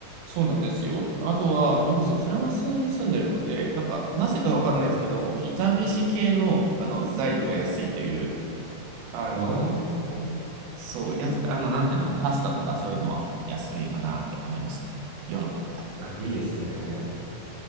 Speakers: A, on the right; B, on the right.
A: そうなんですよ。あとは、今、そう、フランスに住んでるので、なんか、なぜかわかんないですけども、
B: はい。
A: 炒め飯系の、あの、材料が安いっていう、あの、
B: あー
A: そう、やあの、なんていうの、パスタとかそういうのは安いかなって思いますね。ヨーロッパの中で。
B: あ、いいですね。